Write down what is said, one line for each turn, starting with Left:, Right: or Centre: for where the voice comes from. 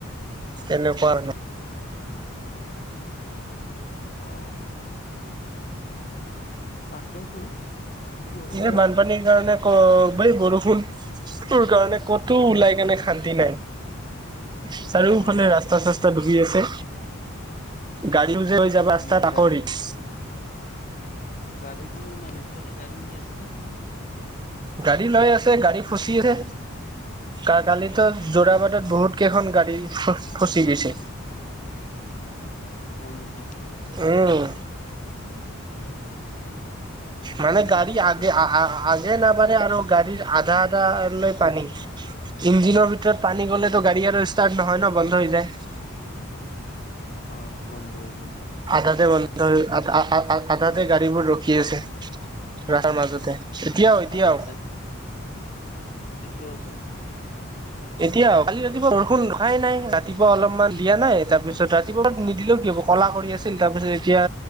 Right: তেনেকুৱা হেনো
Left: অ তাকেইতো কি হয়
Right: এ
Left: বা
Right: বানপানীৰ কাৰণে ক বৈ বৰষুণটোৰ কাৰণে, ক'তো ওলাই
Left: বৰষুণ
Right: কেনে খান শান্তি নাই চাৰিওফালে
Left: অ',
Right: ৰাস্তা চাস্তা ডুবি আছে। গাড়ী জে লৈ যাবা
Left: জুপি
Right: ৰাস্তাত
Left: আছে
Right: তাকো
Left: গাড়ী
Right: ৰিস্ক।
Left: গাড়ীতো মানুহ বিলাকে গাড়ী নি আছে নে
Right: গাড়ী লৈ আছে গাড়ী ফচি আছে কা কালিতো যোৰাবাটত
Left: অ',
Right: বহুত কেইখন গাড়ী ফ-ফচি গৈছে।
Left: হয় নেকি
Right: উম। মানে
Left: ইমান
Right: গাড়ী
Left: ফাচিছে
Right: আগে আগে নাবাঢ়ে আৰু গাড়ীৰ আধা আধা লৈ পানী। ইঞ্জিনৰ ভিতৰত পানী গ'লেতো
Left: অ',
Right: গাড়ী আৰু ষ্টাৰ্ট নহয় ন বন্ধ হৈ যায়
Left: অ বন ধ হৈ যায়
Right: আধাতে বন্ধ আ আ আধাতে গাড়ীবোৰ ৰখি আছে ৰাস্তাৰ মাজতে এতিয়াও এতিয়াও
Left: আধাতে এতিয়াও আছে নেকি
Right: এতিয়াও কালি ৰাতিপুৱা বৰষুণ ৰখাই নাই ৰাতিপুৱা অলপমান দিয়া নাই তাৰপিছত ৰা ৰাতিপুৱা নিদিলেও কি হব কলা কৰি আছিল তাৰপিছত এতিয়া